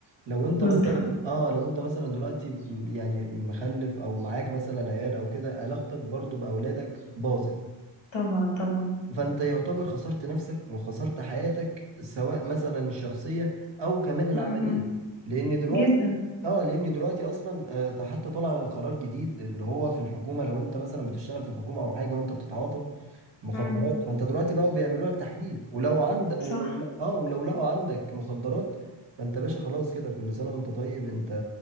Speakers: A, on the right (about 65°); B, on the left (about 75°).
A: لو انت
B: بالظبط
A: مثلا اه لو انت مثلا دلوقتي م- يعني مخلف او معاك مثلا عيال او كده علاقتك برضو باولادك باظت
B: طبعا طبعا
A: فانت يعتبر خسرت نفسك وخسرت حياتك سواء مثلا الشخصية او كمان العملية
B: امم
A: لان دلوقتي
B: جدا
A: اه لان دلوقتي اصلا آه، حتى طلع قرار جديد اللي هو في الحكومة لو انت مثلا بتشتغل في الحكومة او حاجة وانت بتتعاطى مخدرات
B: امم
A: فانت دلوقتي بقى بيعملوا لك تحليل ولو عند ولو
B: صح
A: لا- اه ولو لقوا عندك مخدرات فانت باشا خلاص كده كل سنة وانت طيب انت